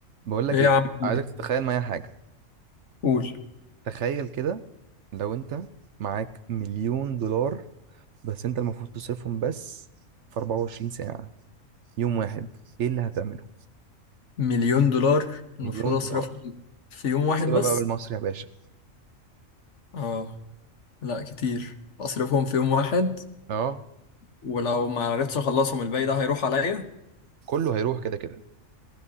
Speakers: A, on the right; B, on the left.
A: بقول لك
B: ايه يا
A: ايه
B: عم في
A: عايزك
B: إيه؟
A: تتخيل معايا حاجه
B: قول
A: تخيل كده لو انت معاك مليون دولار بس انت المفروض تصرفهم بس في 24 ساعه يوم واحد ايه اللي هتعمله
B: مليون دولار المفروض
A: مليون
B: اصرفهم
A: دولار
B: في يوم واحد
A: احسبها
B: بس
A: بقى بالمصري يا باشا
B: اه لا كتير اصرفهم في يوم واحد
A: اه
B: ولو ما عرفتش اخلصهم الباقي ده هيروح عليا
A: كله هيروح كده كده